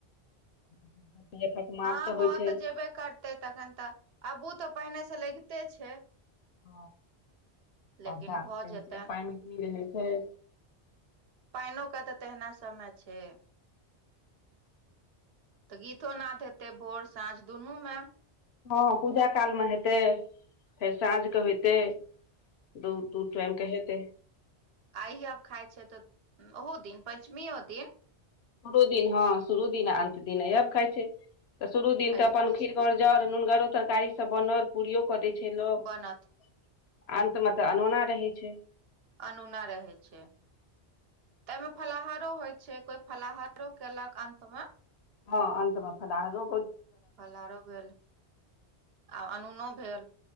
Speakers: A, on the left; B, on the right.
A: <unintelligible>
B: हँ भऽ
A: छै
B: तऽ जेबे करतै तखन तऽ अबू तऽ पहिने स लगैते छै
A: ह पौधा
B: लेकिन भऽ
A: तऽ
B: जेतै
A: कह पानि मिले छै <unintelligible>
B: पा‌इनो के तऽ तेहिना समय छै तऽ गीतो नाद हेते भोर साँझ दुनू में।
A: हँ पूजा कालमे हेतै फेर साँझके होेइतै। दू, दू टाइम के हेतै
B: आइ आब खााय छै तऽ'ओहो दिन पं्चमीो दिन।
A: दु दिन हं शुरु दिन हँ शुरु दिन अन्त दिन अइयब अब खा छै। तऽ' शुरू दिन
B: आइयो
A: तऽ' अपन
B: खाइ
A: खीर
B: छै
A: गर जर नुनगरो तरकारीसँ बनल। पूरियो कऽ' दै छै लोक
B: बनत
A: अन्तमे तऽ'अनोना रहै छै।
B: अनूना रहै छै तऽ'एमे फलाहारो होइ छै कोई फलाहारो केलक अंत मे।
A: हँ अन् म फल आ गो
B: फलहारो भेल आ अनूनो भेल